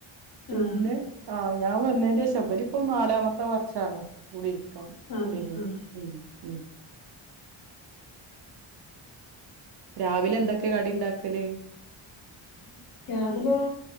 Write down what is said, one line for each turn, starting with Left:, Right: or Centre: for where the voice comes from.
Right: പിന്നെ
Left: ആഹ്
Right: ആഹ് ഞാൻവന്നേന്റെശാ ഇവരിപ്പോ നാലാമത്തെ വർഷാണ് കൂടി ഇരിക്കു
Left: ആഹ്
Right: കുടിര്ന്ന്
Left: ആഹ്
Right: ഉം ഉം രാവിലെന്തൊക്കെ കടി ഉണ്ടാക്കല്
Left: <inaudible> രാവിലെ